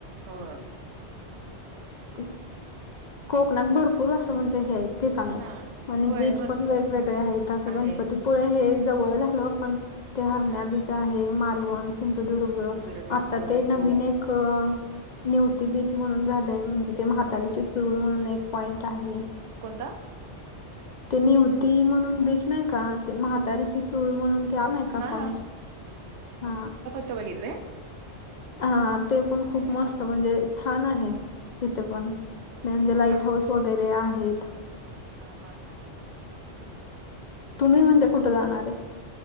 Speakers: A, on the right (about 80°); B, on the left (about 55°).
A: होय.
B: <inaudible> कोकणात भरपूर असं म्हणजे हे आहेत ठिकाण आहेत.
A: हा
B: आणि
A: होय
B: बीच
A: बरोबर
B: पण वेगवेगळे आहेत असं
A: आहेत
B: गणपतीपुळे हे - जवळ झाल पण ते हरण्या
A: हा.
B: बीच आहे मालवण सिंधुदुर्ग
A: सिंधुदुर्ग
B: आता
A: होय
B: ते नवीन एक अ.. नेवती बीच म्हणून झालंय, म्हणजे ते म्हातारीची- चूळ म्हणून एक पॉइंट आहे.
A: कोणता?
B: ते निवती म्हणून, बीच नाही का? ते म्हातारीची चूळ म्हणून, ते आ नाय का
A: हा
B: पॉइंट? हा.
A: तू बघितलंय?
B: हा, ते पण खूप
A: ह.
B: मस्त म्हणजे छान आहे, तिथ पण म्हणजे लाईट
A: हा
B: हाऊस- वगैरे आहेत.
A: हा, हा, हा.
B: तुम्ही म्हणजे, कुठं जाणार ये?